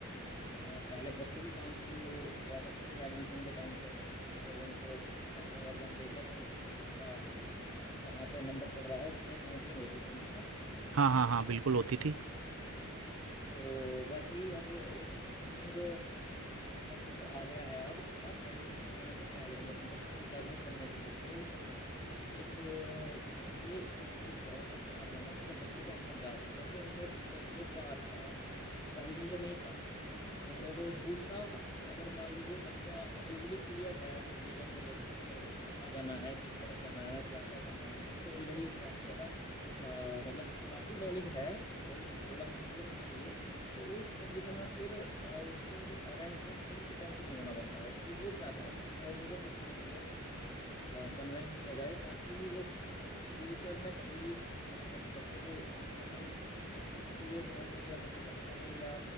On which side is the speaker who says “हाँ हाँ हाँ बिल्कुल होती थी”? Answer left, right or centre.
Right